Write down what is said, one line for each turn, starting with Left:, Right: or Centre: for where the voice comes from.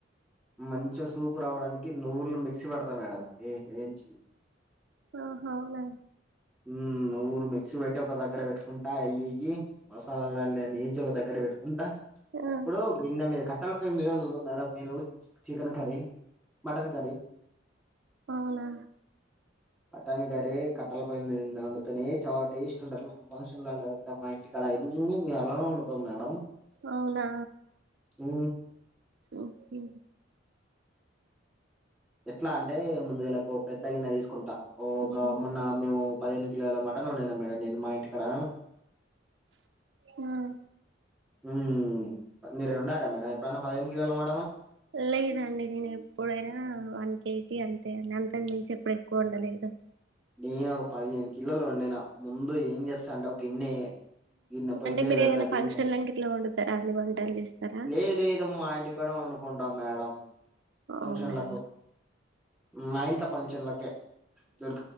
Centre: మంచిగ సూపు రావడానికి నువ్వులను మిక్సీ పడతా మేడం ఏ ఏంచి
Right: ఆహ అవునా
Centre: ఊమ్ ను వ్వులు మిక్సీ వెట్టి ఒక దగ్గర వెట్టుకుంటా అయ్యి ఇయ్యి మసాలాలు అన్నీ ఏంచి ఒక దగ్గర వెట్టుకుంటా అప్పుడు
Right: ఆ
Centre: గిన్నె మీద కట్టల పోయి మీద నువ్వు మేడం నేను చికెన్ కర్రీ మటన్ కర్రీ
Right: అవునా
Centre: మటన్ కర్రీ కట్టెల పొయ్యి మీద వండుతనే చాలా టేస్ట్ ఉంటుంది మెడం ఫంక్షన్లో వాళ్ళ దగ్గర మా ఇంటికాడ అన్నీ మేం వొండుతాం మేడం
Right: అవునా
Centre: ఊ
Right: ఓకే
Centre: ఎట్లా అంటే ముందుగాల ఓ పెద్ద గిన్నె తీసుకుంటా ఒక
Right: ఉమ్
Centre: మొన్న మేము పదిహేను కిలోల మటన్ ఉండినా మేడం నేను మా ఇంటి కడ
Right: ఉమ్
Centre: ఉమ్ మీరు ఉండరా మేడం ఎప్పుడన్న పదిహేను కిలోల మా
Right: లేదండి నేను ఎప్పుడైనా వన్ కే చి అంతే నెల <unintelligible> మించి ఎప్పుడు ఎక్కువ ఉండలేదు
Centre: నేను ఒక పదిహేను కిలోలు వండినా ముందు ఏం చేస్తా అంటే ఒక గిన్నె గిన్నె పోయి
Right: అంటే
Centre: మీద
Right: మీరు
Centre: పెడతా
Right: ఏదైనా
Centre: గిన్నె
Right: ఫంక్షన్లకి ఇట్లా వండుతారా అండి వంటలు చేస్తారా
Centre: నేన్ ఏదో మా ఇంటికాడ ఉండు కుంటా మేడం ఫంక్షన్లకు
Right: అవునా
Centre: మ ఇంట్ల ఫంక్షన్లకే దోర్